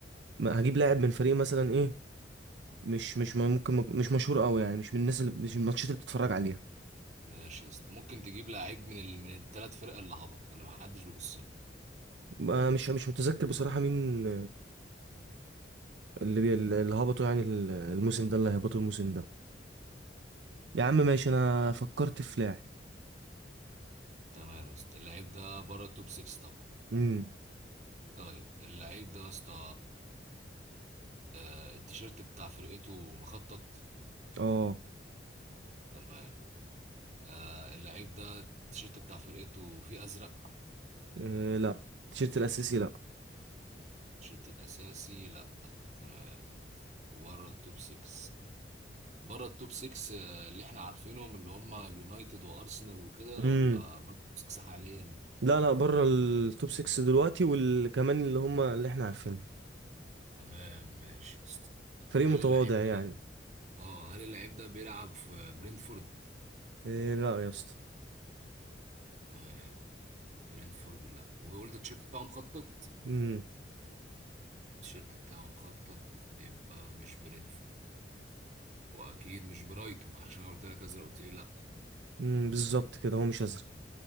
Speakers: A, on the right; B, on the right.
A: ما هجيب لاعب من فريق مثلا إيه، مش مش ممكن مش مشهور قوي يعني مش من الناس اللي مش من الماتشات اللي بتتفرج عليها
B: ماشي يا اسطى ممكن تجيب لعيب من ال... من الثلاث فرق اللي هبطوا واللي ما حدش بيبص له
A: ما- مش مش متذكر بصراحة مين اللي بي... اللي هبطوا يعني ال- الموسم ده اللي هبطوا الموسم ده يا عم ماشي انا فكرت في لاعب
B: تمام يا اسطى اللعيب ده بره التوب 6 طبعا
A: امم
B: طيب اللعيب ده يا اسطى آه، التيشيرت بتاع فرقته مخطط
A: اه
B: تمام آه، اللعيب ده التيشيرت بتاع فرقته فيه ازرق
A: إيه، لا التيشيرت الاساسي لا
B: التيشيرت الاساسي لا تمام وبره التوب 6 بره التوب 6 آه، اللي احنا عارفينهم اللي هم اليونايتد وارسنال وكده
A: امم
B: ولا بره التوب 6 حاليا
A: لا لا بره التوب 6 دلوقتي والكمان اللي هم اللي احنا عارفينه
B: تمام ماشي يا اسطى
A: فريق
B: هل
A: متواضع
B: اللعيب
A: يعني
B: ده اه هل اللعيب ده بيلعب في برينتفورد
A: إيه لا يا اسطى
B: تمام برينتفورد لا وقلت التيشيرت بتاعه مخطط
A: امم
B: التيشيرت بتاعه مخطط يبقى مش برينفورد واكيد مش برايتون عشان أنا قلت لك ازرق قلت لي لا
A: امم بالظبط كده هو مش ازرق